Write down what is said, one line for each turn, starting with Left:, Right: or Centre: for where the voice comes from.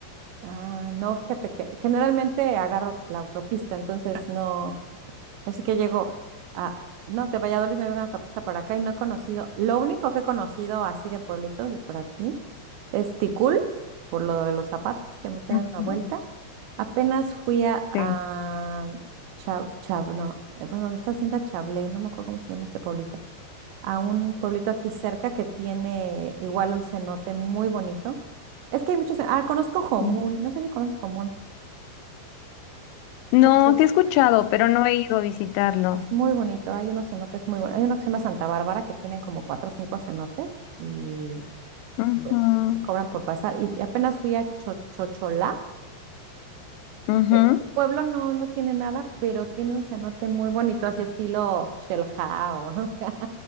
Right: Ah, no, fíjate que generalmente agarro la autopista, entonces no, así que llego a, no, de Valladolid me vengo a autopista para acá y no he conocido, lo único que he conocido así de pueblitos de por aquí es Ticul, por lo de los zapatos, que me fui
Left: Ujú.
Right: a dar una vuelta. Apenas fui a, a
Left: Sí.
Right: Cha- Chab- no, eh, bueno, ¿dónde está Hacienda Chablé? No me acuerdo cómo se llama este pueblito. A un pueblito aquí cerca que tiene igual un cenote muy bonito. Es que hay muchos. ce- Ah, conozco Jomún.
Left: Mm.
Right: No sé si conoces Jomún.
Left: No,
Right: Chocho.
Left: sí he escuchado, pero no he ido a visitarlo.
Right: Es muy bonito. Hay unos cenotes muy buenos. Hay uno que se llama Santa Bárbara que tienen como cuatro o cinco cenotes y
Left: Ujú,
Right: pues me cobran por pasar. Y apenas fui a Chochocholá
Left: ujú,
Right: eh, El pueblo no, no tiene nada, pero tiene un cenote muy bonito, así estilo Shell House, <laughs>